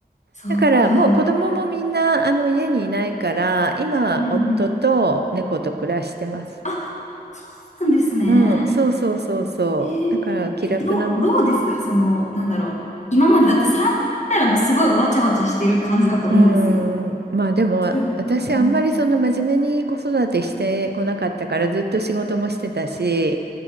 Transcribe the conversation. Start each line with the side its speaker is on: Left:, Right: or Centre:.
Left: そうか。
Right: だからもう子供もみんなあの家にいないから今夫と猫と暮らしてます。
Left: うんうん。あ、そうなんですね。
Right: うん、そうそうそうそう。
Left: えー、
Right: だから気楽なもん。
Left: え、どう、どうですか、その、なんだろう。今までだって3人いたらもうすごいわちゃわちゃしてる感じだと思うんですよ。
Right: うん、まあでも私あんまりその真面目に子育てしてこなかったからずっと仕事もしてたし、
Left: それが、うん。